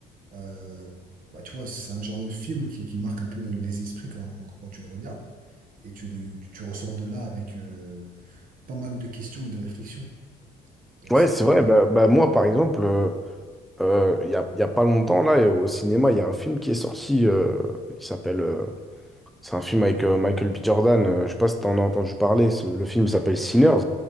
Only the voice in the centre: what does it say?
Ouais,
c'est vrai, bah, bah, moi, par exemple, euh, euh, il y a, il y a pas longtemps, là, au cinéma, il y a un film qui est sorti euh, qui s'appelle... euh, C'est un film avec euh, Michael B. Jordan. euh, je sais pas si t'en as entendu parler. ce- Le film s'appelle Sinners.